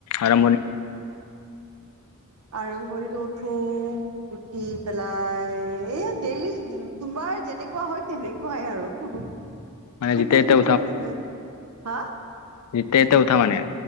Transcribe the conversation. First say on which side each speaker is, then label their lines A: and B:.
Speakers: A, on the left (about 80°); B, on the right (about 80°).
A: আৰম্ভণি
B: আৰম্ভণিত উঠো উঠি পেলাই এই ডেইলি তোমাৰ যেনেকুৱা হয় তেনেকুৱাই আৰু।
A: মানে যেতিয়া
B: একো
A: এতিয়া
B: ডিফাৰেচঞ্চ নাই, হা।
A: যেতিয়াই তেতিয়াই উঠা মানে